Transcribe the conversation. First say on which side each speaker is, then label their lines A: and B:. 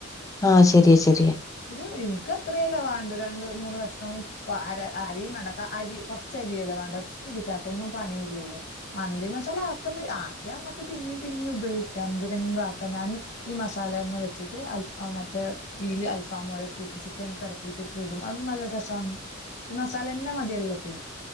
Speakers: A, on the left (about 15°); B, on the left (about 60°).
A: ആഹ് ശരിയാ ശരിയ
B: ഇത് ഇനിക്ക് ഇത്രലെവാണ്ടു രണ്ട് മൂന്ന് കഷ്ണവും അര അരി മാണ്ട അരി കുറ ചെരിയല്ലോ വേണ്ട ഒറ്റ അടിടക്കാക്ക ഒന്നും പണിയില്ലല്ലോ മന്തി മസാല ആക്കുന്ന ആക്കി നമ്മക്ക് പിന്നേും പിന്നേും ഉപയോഗിക്കാം എന്തിനെങ്കിലും ആക്കാം ഞാന് ഈ മസാലന്നെ വെച്ചിട്ട് അൽഫ മറ്റേ ഈൽ അൽഫാം മോലെ ചിക്ക- ചിക്കൻ പിരക്കിയിട്ട് ചൂടും അതും നല്ല രസാണ് ഈ മസാലന്നെ മതി എല്ലാത്തിനും